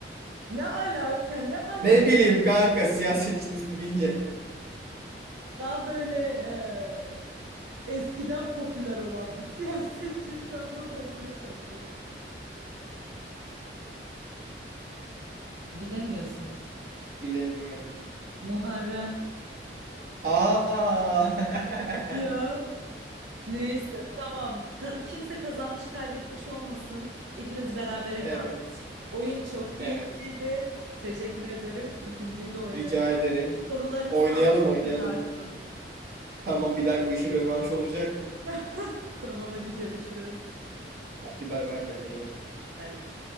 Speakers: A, on the right (about 80°); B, on the right (about 55°).
A: Ne alaka ne alaka?
B: Ne bileyim kanka siyasetçinin ismi deyince.
A: Daha böyle ee, Eskiden popüler olan bir siyasetçi şu anda da olmaya çalışıyor. Bilemiyorsun.
B: Bilemiyorum.
A: Muharrem.
B: Aa. <laughs>
A: Ya Neyse tamam. Ka- kimse kazanmış kaybetmiş olmasın. İkimiz berabere
B: Evet.
A: kaldık. Oyun çok keyifliydi.
B: Evet.
A: Teşekkür ederim. İkinciyi de oynarım.
B: Rica ederim.
A: Sorularını
B: Oynayalım
A: sağlam
B: oynayalım.
A: hazırlarsın.
B: Tamam bir daha bu işin rövanşı olacak.
A: <laughs> tamam hadi görüşürüz.
B: Hadi bay bay kendine iyi bak.
A: Bay bay.